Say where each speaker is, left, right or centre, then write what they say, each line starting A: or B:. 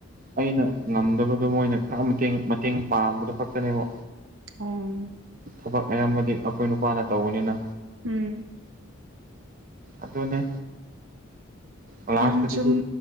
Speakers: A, on the right; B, on the right.
A: ꯑꯩꯅ ꯉꯝꯗꯕꯗꯣ ꯃꯣꯏꯅ ꯃꯇꯦꯡ ꯃꯇꯦꯡ ꯄꯥꯝꯕꯗꯣ ꯈꯛꯇꯅꯦꯕ
B: ꯑꯣꯝ
A: ꯊꯕꯛ ꯑꯌꯥꯝꯕꯗꯤ ꯑꯩꯈꯣꯏ ꯅꯨꯄꯥꯅ ꯇꯧꯕꯅꯤꯅ
B: ꯎꯝ
A: ꯑꯗꯨꯅ ꯀ꯭ꯂꯥꯁꯇꯗꯤ
B: ꯌꯥꯝ ꯆꯨꯝꯃꯦ
A: ꯑꯈꯣꯢ